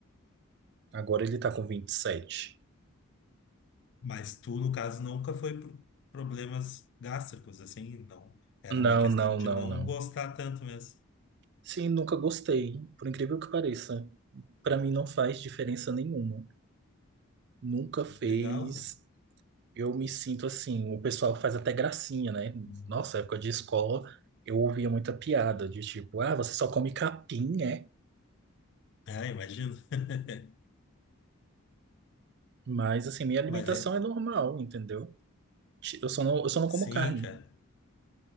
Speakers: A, on the right (about 50°); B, on the left (about 55°).
A: Agora ele tá com 27.
B: Mas tu, no caso, nunca foi por problemas gástricos, assim, não. Era
A: Não,
B: uma questão
A: não,
B: de
A: não,
B: não
A: não.
B: gostar tanto mesmo.
A: Sim, nunca gostei, por incrível que pareça. Para mim não faz diferença nenhuma. Nunca fez
B: Legal, cara.
A: Eu me sinto assim, o pessoal faz até gracinha, né?
B: Uhum.
A: Nossa, época de escola, eu ouvia muita piada de tipo, ah, você só come capim, né?
B: Ah, imagino. <laughs>
A: Mas assim, minha alimentação
B: Mas é.
A: é normal, entendeu? Eu só não, eu só não
B: Sim,
A: como carne.
B: cara.